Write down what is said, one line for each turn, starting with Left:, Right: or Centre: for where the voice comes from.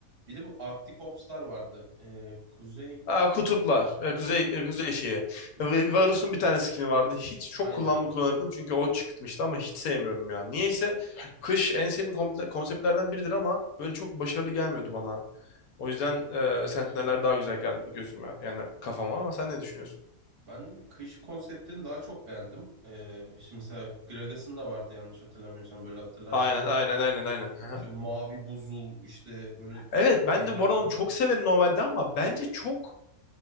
Right: Bir de bu Arctic Ops'lar vardı. Ee, Kuzey
Left: Aa, kutuplar. Ee, Kuzey,
Right: Kutup,
Left: e, kuzey şeyi.
Right: kutup
Left: Ve-
Right: aşı-
Left: Varus'un bir tane skin'i vardı. Hiç çok
Right: Aynen.
Left: kullanımlı kullanırdım çünkü o çıkmıştı ama hiç sevmiyorum ya. Niyeyse kış en sevdiğim komple- konseptlerden biridir ama böyle çok başarılı gelmiyordu bana. O yüzden e, Sentineller daha güzel geldi gözüme yani kafama ama sen ne düşünüyorsun?
Right: Ben kış konseptini daha çok beğendim. Ee, işte mesela Gragas'ın da vardı yanlış hatırlamıyorsam böyle hatırlarsın.
Left: Aynen aynen aynen aynen. <laughs>
Right: İşte mavi buzul işte böyle
Left: Evet ben
Right: şeyler
Left: de bu arada
Right: falan.
Left: onu çok severim normalde ama bence çok